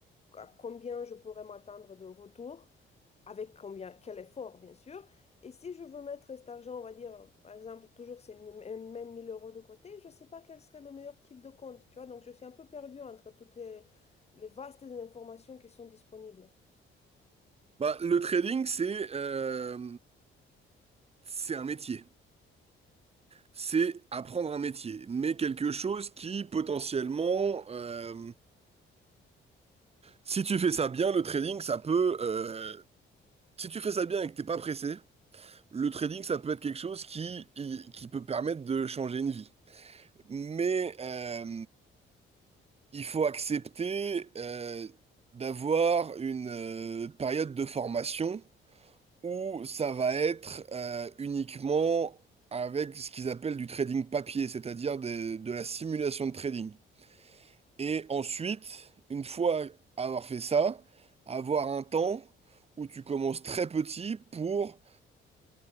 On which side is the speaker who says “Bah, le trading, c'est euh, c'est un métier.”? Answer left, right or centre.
Right